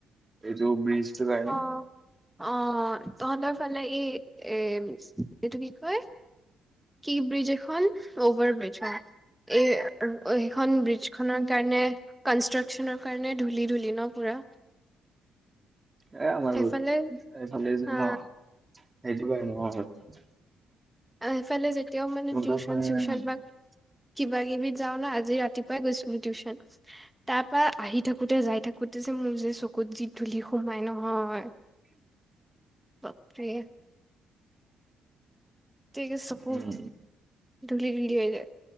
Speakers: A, on the right; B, in the centre.
A: এইটো ব্ৰিজ টোৰ কাৰনে?
B: অ', অ', তহঁতৰ ফালে এই, এ-এইটো কি কয়? কি ব্ৰিজ এখন? অভাৰ ব্ৰিজ অ', এই এইখন ব্ৰিজ খনৰ সেকাৰণে কনষ্ট্ৰাকচনৰ কাৰণে ধূলি-ধূলি ন পুৰা?
A: এই আমাৰ
B: সেইফালে
A: <unintelligible> এইফালে যে
B: অ
A: ন? সেইটো পা এনেকোৱা হয়।
B: আৰু সেফালে যেতিয়াও মানে
A: তহঁতৰ
B: টিউচন
A: ফালে ইমান
B: চিউচন বা কিবা কিবি যাওঁ ন? আজি ৰাতিপুৱাই গৈছিলোঁ টিউচন। তাৰপা আহি থাকোতে যাই থাকোতে যে মোৰ যে চকুত যি ধূলি সোমাই নহয়।
A: উম <inaudible>
B: বাপৰে। <unintelligible> চকু,
A: উম
B: ধুলি-ধুলি হৈ যায়।